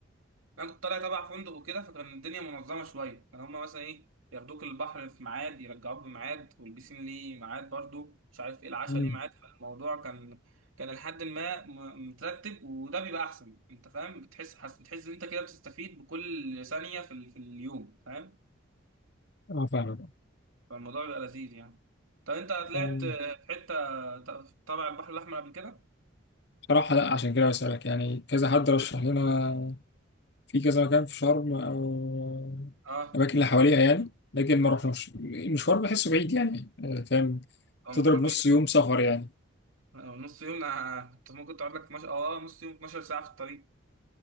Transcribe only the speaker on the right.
انا كنت طالع تبع فندق وكده فكان الدنيا منظمه شويه كان هما مثلا ايه ياخدوك البحر في ميعاد يرجعوك بميعاد والبسين ليه ميعاد برضو مش عارف ايه العشاء
ليه ميعاد فالموضوع كان كان لحد ما م- مترتب وده بيبقى احسن انت فاهم بتحس حس... بتحس ان انت كده بتستفيد بكل ثانيه في ال... في اليوم فاهم
فالموضوع بيبقى لذيذ يعني طب انت طلعت
في حته ت- تبع البحر الاحمر قبل كده
اه
هو
مشوار
بعيد
أوي.
آه، نص يوم أنا كنت ممكن تقعد لك مش... اه نص يوم 12 ساعه في الطريق